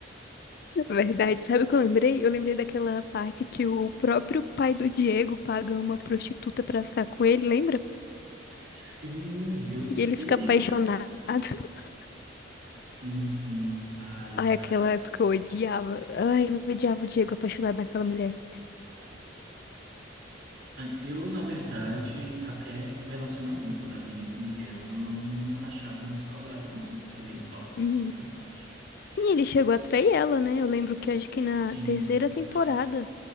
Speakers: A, on the left (about 55°); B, on the right (about 75°).
A: Verdade. Sabe o que eu lembrei? Eu lembrei daquela parte que o próprio pai do Diego paga uma prostituta pra ficar com ele, lembra?
B: Sim, meu
A: E ele
B: Deus!
A: fica apaixonado. <laughs>
B: Sim, sim. Ai,
A: Ai,
B: cara.
A: aquela época eu odiava. Ai, eu odiava o Diego apaixonado naquela mulher.
B: Ai, Eu, na verdade, até o relacionamento da Mia e do Miguel, eu não achava muito saudável, não. Era bem tóxico,
A: Uhum.
B: na verdade.
A: Sim, ele chegou a trair ela, né? Eu lembro que acho que na
B: Sim,
A: terceira temporada.
B: acho,